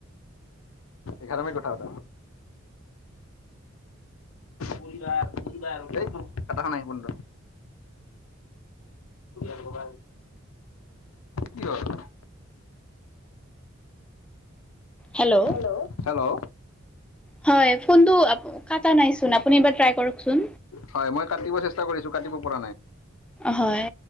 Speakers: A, on the left (about 85°); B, in the centre.
A: এঘাৰমি কথা এটা। পৰিবাৰ পৰিবাৰ টাইোৰ কটাখানাই প <unintelligible> য় কবাৰ কি হয়।
B: হেল্ল'?
A: হেল্ল'?
B: হয় ফোনটো কাটা নাইচোন আপুনি এবাৰ ট্ৰাই কৰকচোন।
A: হয় মই কাটিব চেষ্টা কৰিছোঁ কাটিব পৰা নাই।
B: হয়।